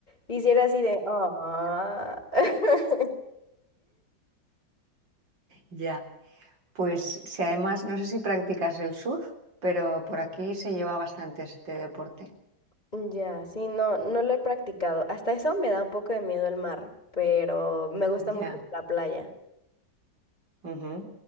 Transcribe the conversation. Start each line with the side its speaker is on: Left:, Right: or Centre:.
Left: Y si era así de, "Ah". <laughs>
Right: Ya. Pues si además, no sé si practicas el surf, pero por aquí se lleva bastante este deporte.
Left: Ya, sí, no, no lo he practicado. Hasta eso me da un poco de miedo el mar, pero me gusta
Right: Ya.
Left: mucho la playa.
Right: Ujú,